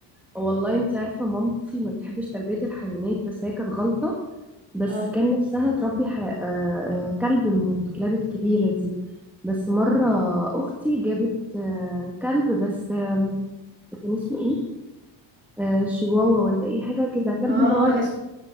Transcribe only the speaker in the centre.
والله انت عارفه مامتي ما بتحبش تربيه الحيوانات بس هي كانت غلطه بس
كان نفسها تربي ح... آه، آه، كلب من الكلاب الكبيره دي بس مره اختي جابت آه، كلب بس آم، كان اسمه ايه آه، شيواوا ولا ايه حاجه كده كلب
اللي هو